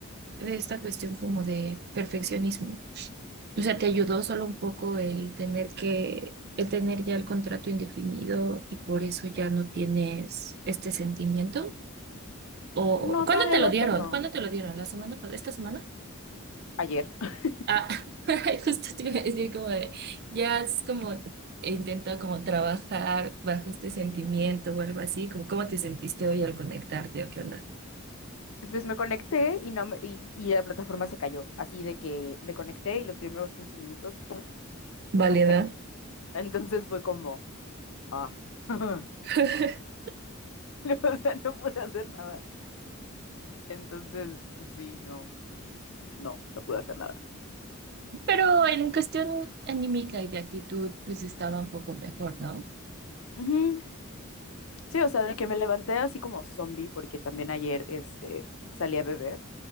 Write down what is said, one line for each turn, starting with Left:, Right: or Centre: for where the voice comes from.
Right: de esta cuestión como de perfeccionismo. O sea, te ayudó solo un poco el tener que, el tener ya el contrato indefinido y por eso ya no tienes este sentimiento. ¿O
Left: no,
Right: cuándo
Left: todavía
Right: te
Left: lo
Right: lo dieron?
Left: tengo.
Right: ¿Cuándo te lo dieron? ¿La semana? pas- ¿Esta semana?
Left: Ayer. <laughs>
Right: Ah, <laughs> justo te iba a decir como de, ya es como he intentado como trabajar bajo este sentimiento o algo así, como cómo te sentiste hoy al conectarte o qué onda.
Left: Pues me conecté y no me- y, y la plataforma se cayó. Así de que me conecté y los primeros 15 minutos, ¡pum!
Right: Válida.
Left: se cayó. <laughs> Entonces fue como, ah. <laughs>
Right: <laughs>
Left: O sea, no pude hacer nada. Entonces, pues sí, no, no, no pude hacer nada.
Right: Pero en cuestión anímica y de actitud, pues estaba un poco mejor, ¿no?
Left: Ujú. Sí, o sea, de que me levanté así como zombie, porque también ayer este, salí a beber.